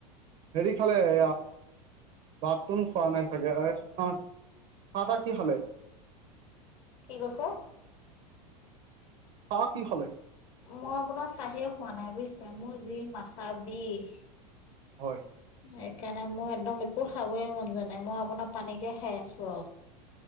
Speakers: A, on the right (about 40°); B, on the left (about 50°).
A: হেৰি খালে এয়া ভাতটো খোৱা নাই চাগে, আ আৰ চাহ-তাহ কি খালে?
B: কি কৈছে?
A: চাহ কি খালে?
B: মই আপোনাৰ চাহেই খোৱা নাই বুজিছে। মোৰ যি মাথাৰ বিষ।
A: হয়।
B: সেইকাৰণে মোৰ একদম একো খাবই মন যোৱা নাই, মই আপোনাৰ পানীকে খাই আছো আৰু।